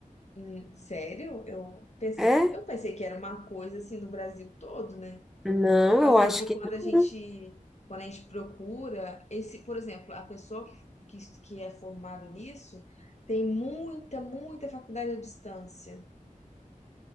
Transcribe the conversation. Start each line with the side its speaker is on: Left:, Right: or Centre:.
Left: Hum, sério? Eu pensei,
Centre: É?
Left: eu pensei que era uma coisa assim no Brasil todo, né?
Centre: Não,
Left: Assim,
Centre: eu acho
Left: porque
Centre: que
Left: quando a gente,
Centre: não.
Left: quando a gente procura esse, por exemplo, a pessoa que, que, que é formada nisso tem muita, muita faculdade à distância.